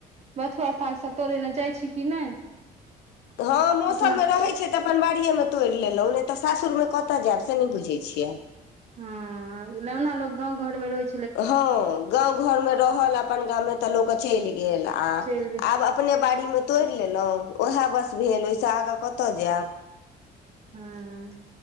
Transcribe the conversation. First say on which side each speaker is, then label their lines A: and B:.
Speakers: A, on the right (about 40°); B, on the left (about 85°).
A: बथुआ साग सभ तोड़ै लय जाइ छी कि नहि
B: हँ मौसममे
A: अपना
B: रहै छै तऽ अपन बाड़िए मे तोड़ि लेलहुँ नहि तऽ सासुर मे कतय जायब से नहि बुझै छियै
A: हँ लग ने लोकग गांव घर मे रहै छै
B: हँ गाँ घरमे रहल अपन गाममे तऽ लोक चलि गेल आ
A: चलि जाइ छै
B: आब अपने बाड़ीमे तोड़ि लेलहुँ ओएह बस भेल ओहिसँ आगाँ कतय जायब
A: हँ